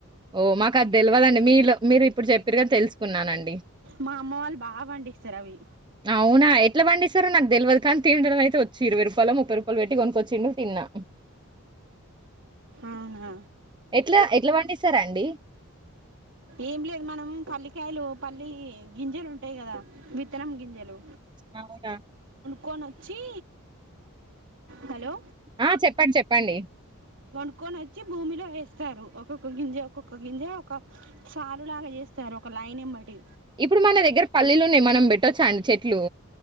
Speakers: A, on the right; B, on the right.
A: ఓ మాకు అది తెలివాలండి మీలో మీరు ఇప్పుడు చెప్పారుగా తెలుసుకున్నానండి
B: మా అమ్మ వాళ్ళు బాగా పండిస్తారు అవి
A: అవునా? ఎట్లా పండిస్తారో నాకు తెలియదు కానీ త అచ్చ ఇరవై రూపాయ ముప్పై రూపాయలు పెట్టి కొ తిన్నా
B: అవునా
A: ఎ ఎ సారా అండి
B: ఏం లేదు మనం పల్లికి వరకాయలు పల్లి గింజలు ఉంటాయి కదా విత్తనం గింజలు
A: అవునా
B: కోన్ వచ్చి హలో
A: ఆ చెప్పండి చెప్పండి
B: కొని వచ్చి భూమిలో వేస్తారు ఒక్కొక్క గింజే ఒక్కొక్క గింజ ఒక సార్ లాగా చేస్తారు ఒక లైన్ ఎంబటి
A: ఇప్పుడు మన దగ్గర పల్లీలో మనం పెట్టొచ్చా అండి చెట్లు